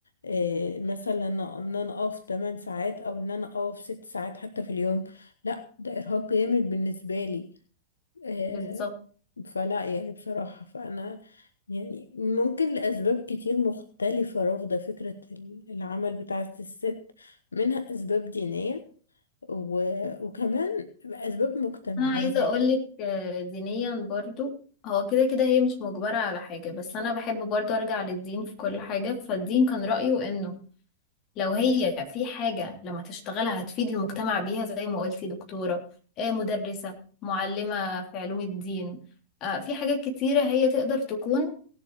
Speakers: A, on the left (about 75°); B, on the left (about 35°).
A: إيه مثلا ان انا اقف 8 ساعات او ان انا اقف 6 ساعات حتى في اليوم لا ده ارهاق جامد بالنسبة لي آه،
B: بالظبط
A: فلا يعني بصراحة فأنا يعني ممكن لأسباب كتير مختلفة رافضة فكرة ال- العمل بتاعة الست منها أسباب دينية و... وكمان أسباب مجتمعية
B: انا عايزه اقولك آه، دينيا برضو هو كده كده هي مش مجبره على حاجه بس انا بحب برضو ارجع للدين في كل حاجه فالدين كان رايه انه لو هي في حاجه لما تشتغلها هتفيد المجتمع بيها زي ما قلتي دكتوره آه، مدرسه معلمه في علوم الدين آه، في حاجات كتيره هي تقدر تكون